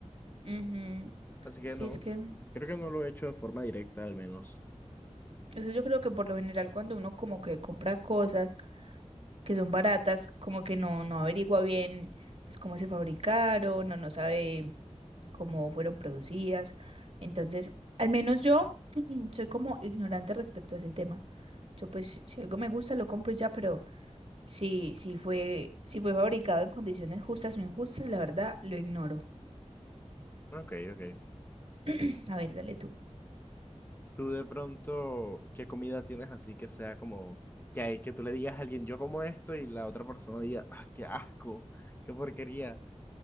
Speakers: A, on the right (about 55°); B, on the left (about 15°).
A: ujú,
B: Así que
A: Sí,
B: no,
A: es que
B: creo que no lo he hecho de forma directa al menos.
A: eso yo creo que por lo general cuando uno como que compra cosas que son baratas, como que no, no averigua bien pues cómo se fabricaron, no, no sabe cómo fueron producidas. Entonces, al menos yo <clears throat> soy como ignorante respecto a ese tema. Yo pues si si algo me gusta lo compro y ya, pero Si, si fue, si fue fabricado en condiciones justas o injustas, la verdad lo ignoro.
B: Ok, ok.
A: <clears throat> A ver, dale tú.
B: Tú de pronto, ¿qué comida tienes así que sea como que hay que tú le digas a alguien yo como esto y la otra persona diga, ah, qué asco, qué porquería,